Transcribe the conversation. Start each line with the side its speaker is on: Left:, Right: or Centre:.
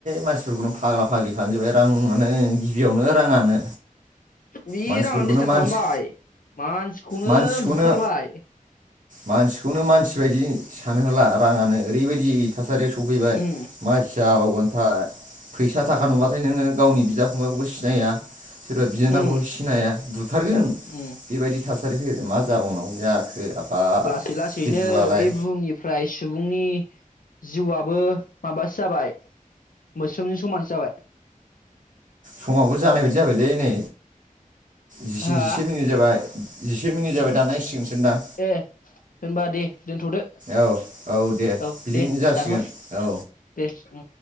Right: मानसिफोरखौनो। फाग्ला फाग्लि खालाम जोबबाय आरोना। रांआनो गिबियावनो रांआनो
Left: बे
Right: मानसिफोरखौनो
Left: राङानो दिस्टार्ब
Right: मानसि
Left: खालामबाय मानसिखौनो
Right: मानसिखौनो
Left: बुथारबाय
Right: मानसिखौनो मानसि बायदि। सानो होला राङानो ओरैबायदि थासारियाव सफैबाय। मा
Left: उम
Right: जाबावगोन थाय। फैसा थाखा नुबाथाय नोङो गावनि बिदा फंबायखौबो सिनाया। सोरबा बिनानावखौ
Left: उम
Right: सिनाया बुथारगोन
Left: उम
Right: बेबायदि थासारिखौ मा। मा जाबावनांगौ जाखो। आफा
Left: लासै लासैनो
Right: बे जुगालाय
Left: बे बुहुमनिफ्राय सुबुंनि जिउआबो। माबासो जाबाय। मोस्रोमजों समानोसो जाबाय
Right: समावबो जानाय बायदि जाबायलै नै जि
Left: हा
Right: जिसे मिनिट जाबाय उ से मिनिट जाबाय दानांसिगोनसोदां
Left: ए होनबा दे दोनथ'दो
Right: औ औ दे
Left: औ
Right: बिदिनो
Left: दे
Right: जासिगोन
Left: दानहर
Right: औ
Left: दे उम